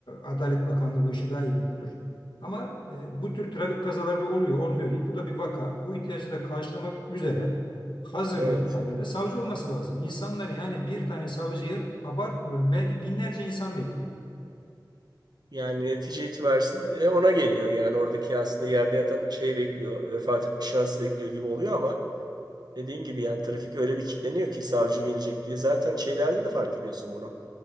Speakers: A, on the left; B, on the right.
A: Adalet Bakanlığı bu işi daha iyi biliyordur. Ama e, bu tür trafik kazaları da oluyor, olmuyor değil. Bu da bir vaka. Bu ihtiyacı da karşılamak üzere hazırda
B: evet.
A: bir yerlerde savcı olması lazım. İnsanlar yani bir tane savcıyı abartmıyorum belki binlerce insan bekliyor.
B: Yani netice itibariyle e, ona geliyor. Yani oradaki aslında yerde yatan şey bekliyor, vefat etmiş şahıs bekliyor gibi oluyor ama dediğin gibi yani trafik öyle bir kilitleniyor ki savcı gelecek diye. Zaten şeylerde de fark ediyorsun bunu.